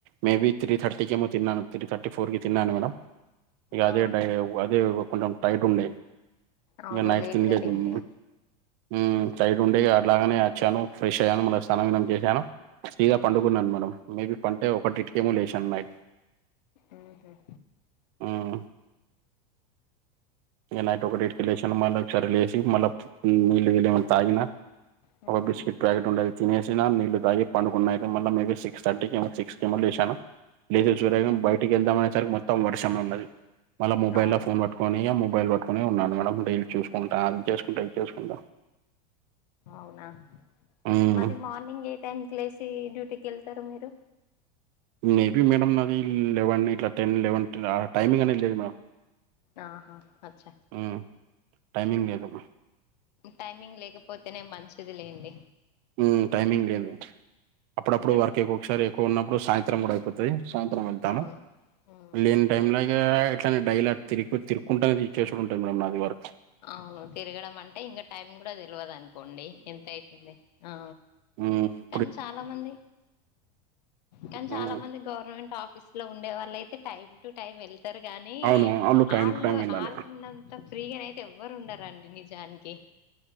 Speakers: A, on the right; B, on the left.
A: మేబీ త్రీ థర్టీకి ఏమో తిన్నాను, త్రీ థర్టీ ఫోర్ కి తిన్నాను మేడం. ఇగ అదే
B: ఆ
A: టై అదే కొంచెం టైట్ ఉండే
B: అవును
A: ఇగ నైట్
B: లేట్గా
A: తినలేదు
B: తింటే
A: <inaudible> ఉ సైడ్ ఉండే అట్లాగనే అచ్చాను, ఫ్రెష్ అయ్యాను మళ్ళ స్థానం గూడ చేశాను. ఫ్రీగా
B: మ్మ్.
A: పండుకున్నాను మేడం. మేబి పంటే ఒకటిటి కేమో లేసాను నైట్
B: అఓద <inaudible>
A: మ్మ్ నైట్ ఒకటిటికి లేసిన మల్లోక సారి మల్ నిలి <inaudible> గలి మ తాగినా
B: మ్మ్.
A: ఒక బెడ్ సీట్ ప్యాకెట్ ఉంటే తినేసిన నీళ్లు తాగి పండుకున్నా ఐతే మళ్ళ మేబి సిక్స్ థటీకి సిక్స్ కేమో లేసాను. లేదు సురేఖం
B: మ్మ్.
A: బయటికి వెళ్దాం అనే సరికి మొత్తం వర్షమ ఉన్నది మల్ల మొబైల్లో
B: అవును
A: ఫోన్ ప పట్కొని మొబైల్ పట్టుకొ ఉన్నా మేడం రైల్ చూసుకుంటా అది చేసుకుంటా ఇ చేసుకుంట
B: అవునా
A: మ్మ్
B: మళ్ళీ మార్నింగ్ ఏ టైమ్ కి లేసి డ్యూటీకెళ్తారు మీరు
A: మేబీ మేడం నాది లెవెన్ ఇట్లా టెన్ లెవెన్ టైమింగ్ అనేది లేదు మేడం
B: ఆహా అచ్చా
A: హ్ టైమింగ్ ఏదో
B: టైమింగ్ లేకపోతేనే మంచిది లేండి
A: హ్ టైమింగ్ లేదు. అప్పుడప్పుడు
B: ఇంకా
A: వర్క్ ఎక్కు ఒకసారి ఎక్కువ ఉన్నప్పుడు సాయంత్రం కూడా అయిపోతది. సాయంత్రం వెళ్తాను
B: అవును ఉమ్
A: లేని టైం లో ఇగ ఎట్లానే డైలాగ తిరిగి తిరుక్కుంటానే చేసూడు ఉంటాంది మేడం నాది వర్క్
B: అవును తిరగడం అంటే ఇంకా టైం కూడా తెలవదు అనుకోండి ఎంత అవుతుంది ఆ
A: మ్
B: కానీ చాలా మంది కానీ
A: మ్మ్
B: చాలా మంది గవర్నమెంట్ ఆఫీస్ లో ఉండే వాళ్ళు అయితే టైమ్ టు టైం వెళ్ తారు గానీ
A: అవును వాళ్ళు టైం
B: ఆళ్ళు
A: టు టైం వెళ్ళాలి
B: ఆళ్ళు ఉన్నంత ఫ్రీగా అయితే ఎవ్వరు ఉండారండి నిజానికి